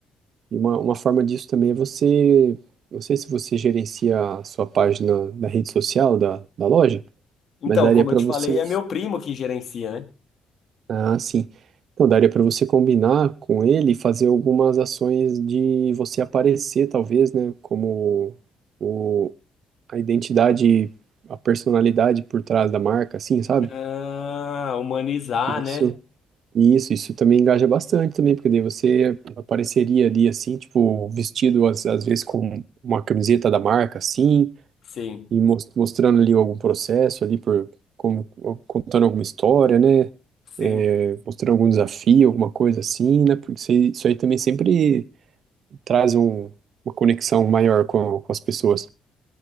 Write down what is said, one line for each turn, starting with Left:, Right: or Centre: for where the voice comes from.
Right: e uma, uma forma disso também é você, não sei se você gerencia a sua página da rede social da, da loja,
Left: Então,
Right: mas daria
Left: como
Right: para
Left: eu te
Right: você
Left: falei, é meu primo que gerencia, né?
Right: Ah, sim. Então, daria para você combinar com ele e fazer algumas ações de você aparecer, talvez, né? Como o, a identidade, a personalidade por trás da marca, assim, sabe?
Left: Ah, humanizar,
Right: Isso,
Left: né?
Right: isso, isso também engaja bastante também, porque daí você apareceria ali, assim, tipo, vestido às, às vezes com uma camiseta da marca, assim,
Left: Sim,
Right: e mos- mostrando ali algum processo ali por como contando alguma história, né?
Left: sim.
Right: É, mostrando algum desafio, alguma coisa assim, né? Porque isso aí, isso aí também sempre traz um- uma conexão maior com, com as pessoas.